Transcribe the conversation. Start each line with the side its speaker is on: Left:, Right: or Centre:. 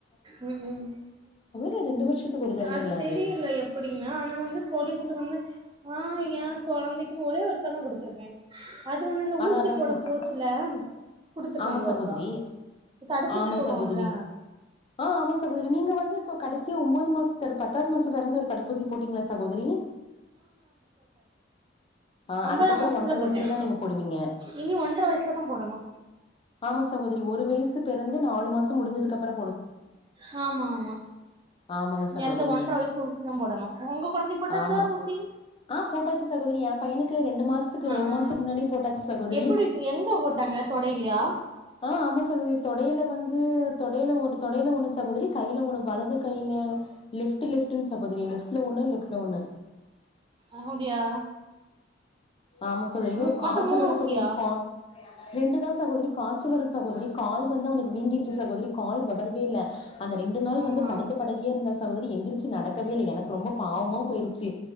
Right: ம் ம்
Left: இல்ல ரெண்டு வருஷத்துக்கு ஒரு தடவைங்களா
Right: அது தெரியல எப்புடின்னு ஆனா வந்து போலீஸுட்டு வந்து ஆ ஏ கொழந்தைக்கு ஒரே ஒருக்கா தா குடுத்திருக்கே அது வந்து இந்த
Left: அதா
Right: ஊசி
Left: அதா
Right: போட
Left: சகோ
Right: போச்சுல குடுத்துருக்காங்க
Left: ஆமா சகோதரி
Right: ஒருக்கா தடுப்பூசி
Left: ஆமா
Right: போடுவம்ல
Left: சகோதரி ஆ ஆமா சகோதரி நீங்க வந்து இப்போ கடசியா ஒம்போது மாச பத்தாவது மாசத்துல பெறந்து ஒரு தடுப்பூசி போட்டீங்ளா சகோதரி ஆ
Right: ஒன்பதா
Left: அதுக்கப்புற
Right: மாசத்துல
Left: ஒன்றரை
Right: போட்ட
Left: வயசுல தா நீங்க போடுவீங்க
Right: இனி ஒன்ற வய்ஸ்லதா போடணு
Left: ஆமா சகோதரி ஒரு வய்சு பிறந்து நாலு மாச முடிஞ்சதுக்கு அப்ற
Right: ஹாமாமா
Left: ஆமாங்க
Right: நேர்த்த
Left: சகோதரி
Right: ஒன்றர வய்சு ஊசிதா போடணு ஒங்க கொழந்தைக் போட்டாச்சா
Left: ஆமா
Right: ஊசி
Left: ஆ போட்டாச்சு சகோதரி என் பையனுக்கு ரெண்டு மாசத்துக்கு
Right: ஆ
Left: ஒரு
Right: ஆ
Left: மாசத்துக்கு முன்னாடி போட்டாச்சு சகோதரி
Right: எப்டி எங்க போட்டாங்க தொடையிலயா
Left: அ ஆமா சகோதரி தொடைல வந்து தொடைல ஒடு தொடைல ஒன்னு சகோதரி கைல ஒன்னு வலது கையில லெப்ட் லெஃப்டுன் சகோதரி லெஃப்ட்ல ஒன்னு லெப்ட்ல ஒன்னு
Right: அப்டியா
Left: ஆமா சகோதரி ஐயோ
Right: மூ மொத்த
Left: காய்ச
Right: மூணு
Left: வரு
Right: ஊசியா
Left: சகோதரி கா ரெண்டு நாள் சகோதரி காச்சி வருது சகோதரி கால் வந்து அவனுக்கு வீங்கிருச்சு சகோதரி கால் வந் தருவீல்ல அந்த ரெண்டு நாள்
Right: ஆமா
Left: வந்து படுத்த படுக்கையா இருந்தா சகோதரி எந்திரிச்சு நடக்கவே இல்ல எனக்கு ரொம்ப பாவமா போயிருச்சு